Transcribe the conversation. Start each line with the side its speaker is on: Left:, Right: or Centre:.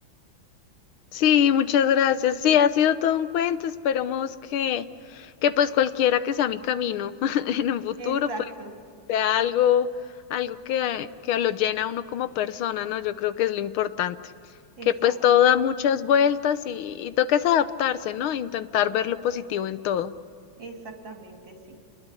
Left: Sí, muchas gracias. Sí, ha sido todo un cuento. Esperemos que, que pues cualquiera que sea mi camino <laughs> en un futuro,
Right: Exacto,
Left: pues sea algo, algo que, que lo llena a uno como persona, ¿no? Yo creo que es lo importante.
Right: exacto,
Left: Que pues todo da muchas vueltas y, y toca es adaptarse, ¿no? Intentar ver lo positivo en todo.
Right: exactamente, sí.